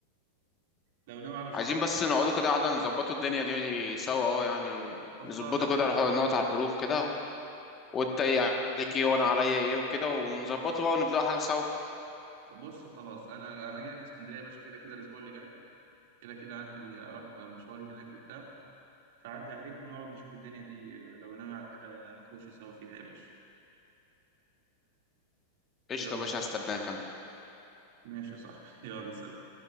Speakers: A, on the right; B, on the left.
A: لو ناوي على شراكه
B: عايزين بس نقعدوا كده قعدة نظبطوا الدنيا دي سوا اه يعني
A: خلصانه
B: نظبطوا
A: ماشي
B: كده نقعد على الحروف كده وانت ايه عليك ايه وانا عليا ايه وكده ونظبطه بقى ونبدأ حاجة سوا
A: خ- بص خلاص انا انا جاي لك اسكندريه يا باشا كده كده الاسبوع اللي جاي كده كده عندي اروح مشواري هناك وبتاع فعدي عليك ونقعد نشوف الدنيا دي لو ناوي على حاجه نخش سوا فيها يا باشا
B: قشطة
A: يلا
B: يا باشا
A: سلام
B: هستناك انا
A: ماشي يا صاحبي <laughs> يلا سلام